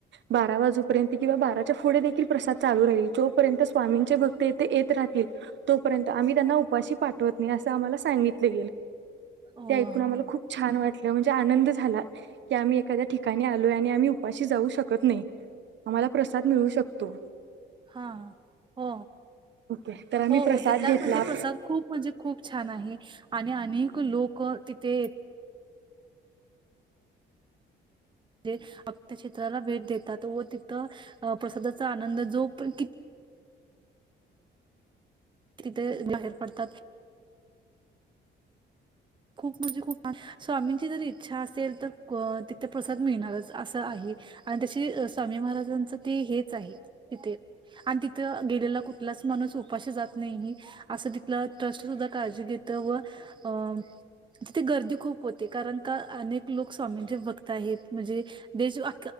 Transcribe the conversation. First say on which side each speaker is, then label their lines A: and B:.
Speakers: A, on the right (about 65°); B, on the right (about 25°).
A: बारा वाजूपर्यंत किंवा, बाराच्या पुढे देखील प्रसाद चालू राहील, जोपर्यंत स्वामींचे भक्त येथे येत राहतील तोपर्यंत, आम्ही त्यांना उपाशी पाठवत नाही. आम्हाला सांगितले.
B: हो
A: ते ऐकून
B: हा
A: आम्हाला खूप छान वाटल म्हणजे आनंद झाला, की आम्ही एखाद्या आलो आणि आम्ही उपाशी जाऊ शकतं नाही. आम्हाला प्रसाद मिळू शकतो.
B: हा हो
A: ओके तर आम्ही
B: हो
A: प्रसाद
B: हो तिथला
A: घेतला
B: म्हणजे प्रसाद खूप म्हणजे खूप छान आहे आणि अनेक लोक तिथे म्हणजे अन्न क्षेत्राला भेट देतात व तिथं प्रसादाचा आनंद जो पण किती? तिथे बाहेर पडतात. खूप म्हणजे खूप स्वामींची जर इच्छा असेल तर तिथे प्रसाद मिळणारच असं आहे आणि तशी खूप खूप म्हणजे खूप स्वामी महाराजांच ते हेच आहे तिथे आणि तिथं गेलेला कुठलाच माणूस उपाशी जात नाही असं तिथलं ट्रस्ट सुद्धा काळजी घेत व अ तिथे गर्दी खूप होते कारण का अनेक लोक स्वामींचे भक्त आहेत म्हणजे देश अ